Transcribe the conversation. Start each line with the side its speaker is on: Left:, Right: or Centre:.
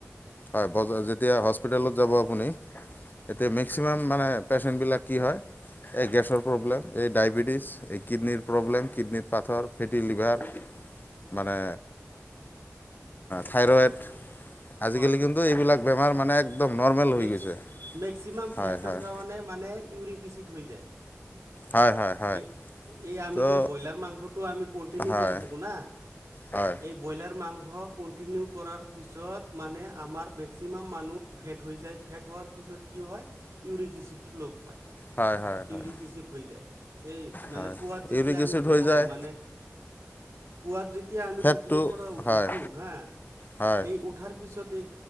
Left: হয় বজ যেতিয়া হস্পিটেলত যাব আপুনি এতিয়া মেক্সিমাম মানে পেচেন বিলাক কি হয় এই গেছৰ প্ৰব্লেম এই ডায়বেটিছ এই কিডনিৰ প্ৰব্লেম কিডনিৰ পাথৰ লিভাৰ মানে থাইৰইড আজিকালি
Right: হয়, হয়
Left: কিন্তু এইবিলাক বেমাৰ মানে একদম নৰ্মেল
Right: মেক্স
Left: হৈ গৈছে।
Right: মেক্সিমাম ফেটৰ
Left: হয় হয়
Right: কাৰণে মানে ইউৰি কিচিড হৈ যায়।
Left: হয় হয় হয়
Right: এই এই আমি
Left: তো
Right: যে ব্ৰইলাৰ মাংসটো আমি কন্টিনিউ
Left: হয়
Right: কৰি থাকোঁ ন
Left: হয়
Right: এই ব্ৰইলাৰ মাংস কেণ্টিনিও কৰাৰ পিছত মানে আমাৰ মেক্সিমাম মানুহে ফেট হোৱাৰ পিছত কি হয় ইউৰিক এচডটো লগ পায়।
Left: হয় হয়
Right: ইউৰি
Left: হয়
Right: কিচড হৈ যায় এই মানে
Left: হয়
Right: পোৱাত যেতিয়া
Left: ইউৰিক এচিড
Right: আমি ঘুমো
Left: হৈ যায়
Right: মানে <unintelligible> পুৱাত যেতিয়া আমি
Left: ফেটটো
Right: টোপনিৰ পৰা
Left: হয়
Right: উঠো হা,
Left: হয়
Right: এই উঠাৰ পিছত এই